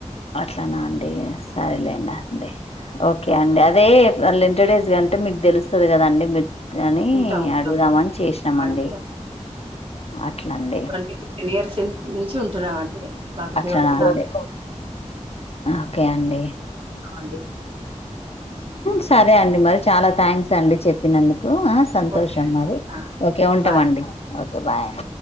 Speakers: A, on the left (about 55°); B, on the right (about 50°).
A: అట్లానా అండి సరేలేనా అండి ఓకే అండి అదే లెండి డేస్ అంటే మీ తెలుస్తుంది కదాండి మీరు అని
B: ఉంటాం ఉంటాం
A: అడుగుదామని చేసినామండి
B: ఉంటామండి
A: అట్లా అండి
B: ట్వంటీ ఫిఫ్టీన్ ఇయర్స్ నుంచి ఉంటున్నామండి మాకు
A: అట్లా
B: దేవుడు ఉన్నాడు
A: అడి ఓకే అండి
B: అవుండి
A: సరే అండి మరి చాలా థ్యాంక్స్ అండి చెప్ప పిన సంతోషం
B: ఓకే అండి
A: మరి
B: ఆ!
A: ఓకే ఉంటామండి
B: బాయ్
A: ఓకే బాయ్